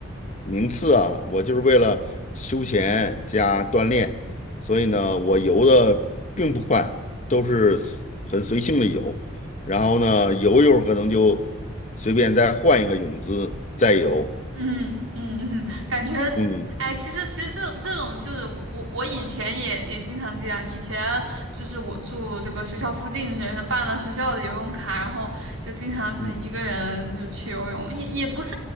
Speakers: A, on the left (about 35°); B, on the right (about 80°).
A: 名次啊，我就是为了休闲加锻炼，所以呢，我游的并不快，都是很随性的游，然后呢，游一会儿可能就随便再换一个泳姿再游，
B: 嗯嗯嗯，感觉，
A: 嗯
B: 哎，其实其实这种这种就是我我以前也也经常这样，以前就是我住这个学校附近，是办了学校的游泳卡，然后就经常自己一个人就去游泳，
A: 嗯
B: 也也不是